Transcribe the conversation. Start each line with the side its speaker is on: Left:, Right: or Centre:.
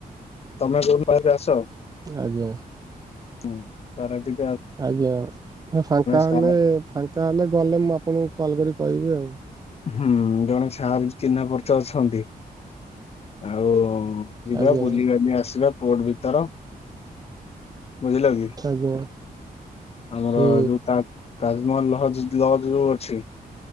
Left: ତମେ କୋଉ ଦିନ ହେଲେ ଆସ?
Right: ଆଜ୍ଞା।
Left: ହୁଁ ପାରାଦ୍ୱୀପ।
Right: ଆଜ୍ଞା ଫାଙ୍କା ହେଲେ,
Left: ସାର୍
Right: ଫାଙ୍କା ହେଲେ ଗଲେ ମୁଁ ଆପଣଙ୍କୁ କଲ କରି କହିବି ଆଉ।
Left: ହୁଁ ଜଣେ ସାର ଚିହ୍ନା ପରିଚୟ ଅଛନ୍ତି ଆଉ। ଯିବା
Right: ଆଜ୍ଞା
Left: ବୁଲିବାଲି ଆସିବା ପୋର୍ଟ ଭିତର ବୁଝିଲ କି
Right: ଆଜ୍ଞା
Left: ଆମର
Right: ହୁଁ
Left: ଯୋଉ ତା ତାଜମହଲ ଲଜ୍ ଲଜ୍ ଯୋଉ ଅଛି